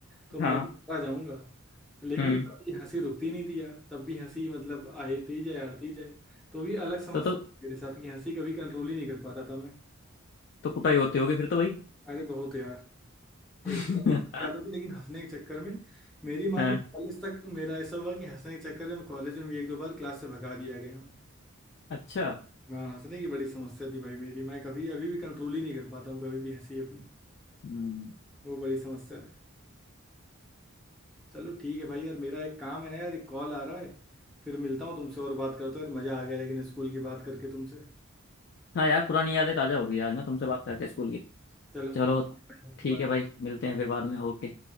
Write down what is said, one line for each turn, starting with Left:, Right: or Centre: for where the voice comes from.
Centre: तो मैं
Left: हाँ
Centre: भी बता जाऊंगा लेकिन
Left: हम्म
Centre: तब भी हंसी रुकती नहीं थी यार तब भी हंसी मतलब आती जाए आती जाए तो भी अलग समस्या
Left: तो तो
Centre: थी मेरे साथ कि हंसी कभी कंट्रोल ही नहीं कर पाता था मैं
Left: तो कुटाई होती होगी फिर तो भाई
Centre: अरे बहुत यार
Left: <laughs>
Centre: एक दो बार लग जाता था लेकिन हंसने के चक्कर में मेरी मान
Left: हाँ
Centre: लो कॉलेज तक मेरा ऐसा हुआ कि हंसने के चक्कर में कॉलेज में भी एक दो बार क्लास से भगा दिया गया हूँ
Left: अच्छा
Centre: हाँ हंसने की बड़ी समस्या थी भाई मेरी मैं कभी अभी भी कंट्रोल ही नहीं कर पाता हूँ कभी भी हंसी अपनी
Left: हम्म
Centre: वो बड़ी समस्या है चलो ठीक है भाई यार मेरा एक काम है ना यार एक कॉल आ रहा है फिर मिलता हूँ तुमसे और बात करता हूँ यार मज़ा आ गया लेकिन स्कूल की बात करके तुमसे
Left: हाँ यार पुरानी यादें ताजा हो गई आज ना तुमसे बात करके स्कूल की
Centre: चलो
Left: चलो ठीक
Centre: बाय
Left: है भाई मिलते हैं फिर बाद में ओके